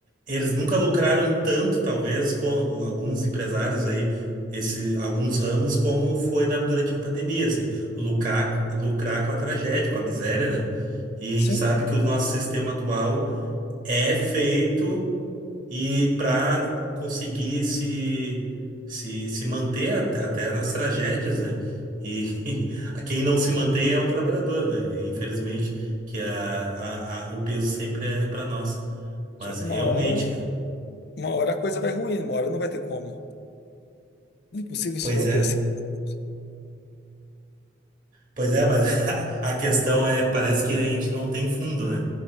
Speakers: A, on the right; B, on the left.
A: eles nunca lucraram tanto, talvez, com o- alguns empresários aí, esse, alguns ramos, como foi na- durante a pandemia, assim, lucrar, lucrar com a tragédia, com a miséria, né? E a
B: Sim.
A: gente sabe que o nosso sistema atual é feito e para conseguir se, se, se manter at- até nas tragédias, né? E <laughs> a quem não se mantém é o trabalhador, né? E, Infelizmente, que a, a, a- o peso sempre é para nós. Mas
B: Só que
A: realmente,
B: uma hora,
A: cara.
B: uma hora a coisa vai ruir, uma hora não vai ter como. Não é possível
A: Pois
B: se manter
A: é.
B: assim. pra sempre.
A: Pois é, mas <laughs> a questão é, parece que a gente não tem fundo, né?